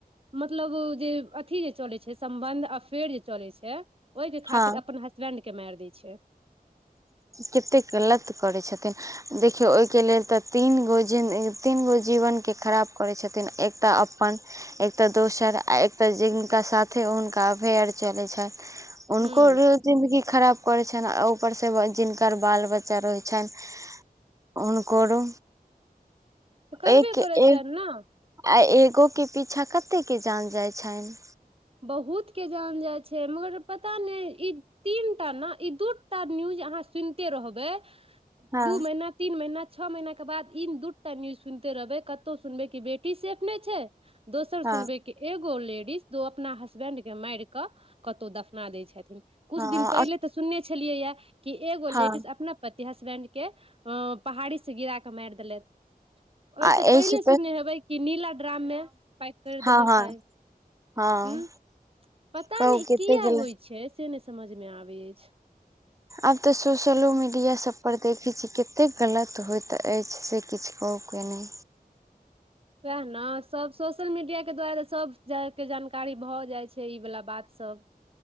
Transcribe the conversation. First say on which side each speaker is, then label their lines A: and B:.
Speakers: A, on the right (about 35°); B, on the right (about 20°).
A: मतलब जे अथि जे चलै छैय सम्बन्ध अफेयर जे चलै छैय ओ के
B: हँ
A: खातिर अपन हसबेंड के मारि दै छै
B: केतेक गलत करै छथिन देखियौ ओय के लेल तऽ तीन गो जिन तीन गो जीवनके खराब करै छथिन एक तऽ अपन एक त दोसर आ एकता जिनका साथे हुनका अफेयर चलै छैन हुनको
A: हूँ
B: र जिंदगी खराब करै छनि आ ऊपर से जिनकर बाल बच्चा रहै छनि हुनकरो
A: तऽ करबे
B: एकेए
A: करै छै ने
B: आ एगो के पीछा कते के जान जाय छनि
A: बहुतके जान जाइ छै मगर पता नै ई तीन टा न ई दूटा न्यूज अहाँ सुनिते रहबै
B: हँ
A: दू महिना तीन महीना छ महिना के बाद ई दूटा न्यूज सुनिते रहबै कतौ सुनबै कि बेटी सेफ नै छै दोसर
B: हँ
A: सुनबै के एगो लेडीज अपना हसबेंड के माइर कऽ कतौ दफना दै छथिन कुछ
B: हँ
A: दिन पहिले सुनने छलियै या कि एगो
B: हँ
A: लेडीज अपना पति हसबैंड केँ अ पहाड़ स गिरा केँ मारि देलेथ ओहिसँ
B: आ एहिसँ
A: पहिले सुनने हेबे कि नीला ड्राम मे पैक कर
B: हँ
A: देेले
B: हँ
A: छैय
B: हँ
A: हूँ पता
B: कहू
A: नै ई
B: कते
A: किया
B: गलत
A: होइ छै से नै समझमे आबै अछि
B: आब तऽ सोशलो मीडियासब पर देखै छी कतेक गलत होइत अछि से किछु कहो के नै
A: सएह न सब स सोशल मीडिया के द्वारा सभ के जानकारी भऽ जाइ छै ई वाला बात सभ